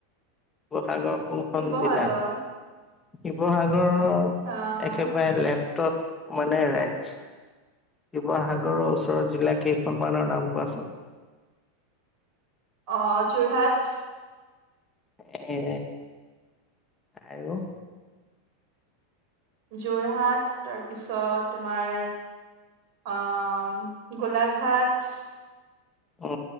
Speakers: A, on the left; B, on the right.
A: ক <unintelligible> শিৱসাগৰ কোনখন
B: শিৱসাগৰ
A: জিলা শিৱসাগৰৰ
B: আহ
A: একেবাৰে লেফ্ট ত মানে ৰাইজ <unintelligible> শিৱসাগৰৰ ওচৰৰ জিলা কেইখনমানৰ নাম কোৱাচোন
B: অ যোৰহাট
A: এ আৰু
B: যোৰহাট তাৰপিছত তোমাৰ আহ গোলাঘাট
A: অ